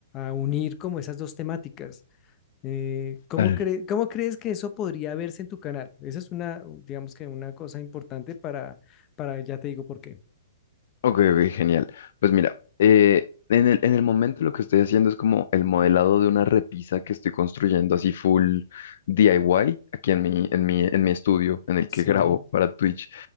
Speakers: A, on the left; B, on the left.
A: a unir como esas dos temáticas. Eh, ¿cómo
B: Tal.
A: cre- cómo crees que eso podría verse en tu canal? Esa es una, digamos que una cosa importante para, para, ya te digo por qué.
B: Ok, ok, genial. Pues mira, eh, en el, en el momento lo que estoy haciendo es como el modelado de una repisa que estoy construyendo así full DIY aquí en mi, en mi, en mi estudio en el
A: Sí,
B: que <laughs> grabo para Twitch.